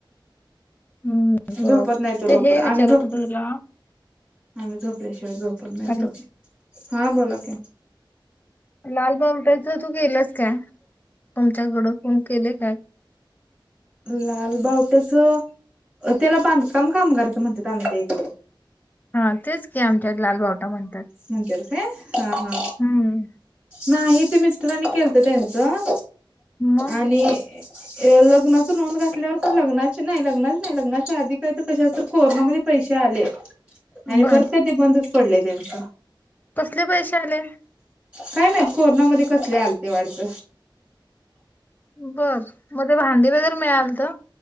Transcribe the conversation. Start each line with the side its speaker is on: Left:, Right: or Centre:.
Left: हम्म बर
Right: झोपत नाही तो लवकर
Left: ते हे
Right: आम्ही
Left: विचारत
Right: झपत
Left: होत तुला
Right: आम्ही झोपल्याशिवाय झोपत नाहीतो
Left: हॅलो
Right: हा बोला की
Left: लाल बावटाच तू केलंस काय तुमच्याकड कोण केलेय काय
Right: लालबावट्याच अ त्याला बांधकाम कामगारच म्हणतात आमच्या इकडें
Left: हा तेच का आमच्या लालबावटा म्हण
Right: म्हणत्यात काय हा हा
Left: हम्म
Right: नाही ते मिस्टरांनी केलत त्यांचं
Left: मग
Right: आणि लग्नाच नोंद घातल्यावर तर लग्नाची नय लग्नाच नाही लग्नाच्या आधी काही तर कशा कोरोनामध्ये प पैसे आले आणि
Left: बर
Right: परत काय ते बंदच पडलय त्यांच
Left: कसले पैसे आले
Right: काय माहित कोरोनामध्ये कसले आलते वाढत
Left: बर मध्ये भांडी वगैरे मिळाल त